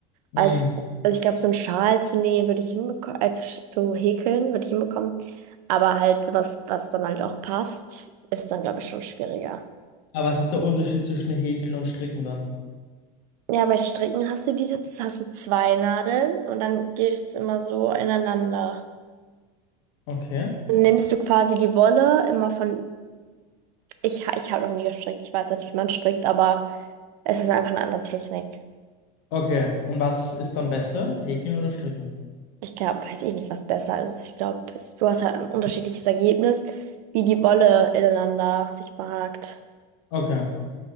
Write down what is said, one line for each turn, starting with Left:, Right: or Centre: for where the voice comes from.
Left: Mhm.
Right: Also, also ich glaube, so einen Schal zu nähen würde ich hinbekommen, äh, zu, sch- zu häkeln würde ich hinbekommen. Aber halt sowas, was dann halt auch passt, ist dann, glaube ich, schon schwieriger.
Left: Aber was ist der Unterschied zwischen Häkeln und Stricken dann?
Right: Ja, bei Stricken hast du diese, hast du zwei Nadeln und dann geht es immer so ineinander.
Left: Okay.
Right: Dann nimmst du quasi die Wolle immer von, ich, ha- ich habe noch nie gestrickt, ich weiß nicht, wie man strickt, aber es ist einfach eine andere Technik.
Left: Okay, und was ist dann besser, Häkeln oder Stricken?
Right: Ich glaube, weiß ich nicht, was besser ist. Ich glaube, du hast halt ein unterschiedliches Ergebnis, wie die Wolle ineinander sich verhakt.
Left: Okay,